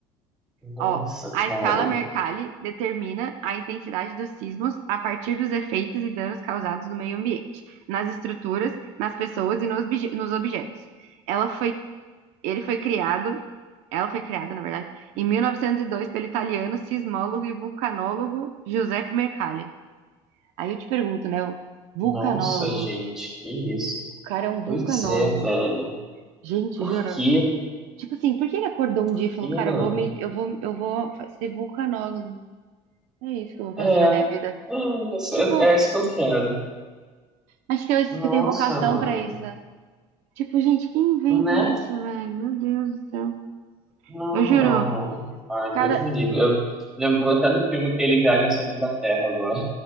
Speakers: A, in the centre; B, on the right.
A: Nossa,
B: Ó, a
A: cara.
B: escala Mercalli determina a intensidade dos sismos a partir dos efeitos e danos causados no meio ambiente, nas estruturas, nas pessoas e nos, obje- nos objetos. Ela foi, ele foi criado, ela foi criada, na verdade, em 1902 pelo italiano sismólogo e vulcanólogo Giuseppe Mercalli. Aí eu te pergunto, né, o vulcanólogo,
A: Nossa, gente. Que isso?
B: o cara é um vulcanólogo.
A: Pois é, velho.
B: Gente,
A: Por
B: juro.
A: quê?
B: Tipo assim, por que ele acordou
A: Por
B: um dia e falou,
A: quê, né?
B: cara, eu vou me, eu vou, eu vou fa- ser vulcanólogo? É isso que eu vou fazer
A: É, é,
B: da minha vida.
A: isso-
B: Tipo,
A: é é isso que eu quero.
B: acho que eu,
A: Nossa,
B: que eu tenho vocação
A: mano.
B: pra isso. Tipo, gente, quem inventa
A: Né?
B: isso, velho? Meu Deus do céu.
A: Não,
B: Eu juro,
A: não, não. Ai,
B: cada.
A: Deus me livre. Eu- Lembrou até do filme que ele viaja ao centro da Terra agora.